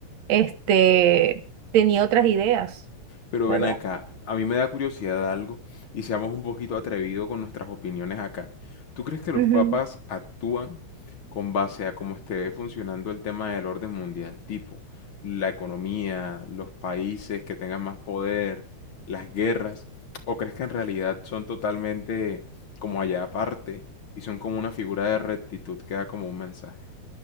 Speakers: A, on the right; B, on the left.
A: este, tenía otras ideas,
B: Pero
A: ¿verdad?
B: ven acá, a mí me da curiosidad algo y seamos un poquito atrevidos con nuestras opiniones acá. ¿Tú crees que los
A: Ujú.
B: papas actúan con base a cómo esté funcionando el tema del orden mundial? Tipo, la economía, los países que tengan más poder, las guerras. ¿O crees que en realidad son totalmente como allá aparte y son como una figura de rectitud que da como un mensaje?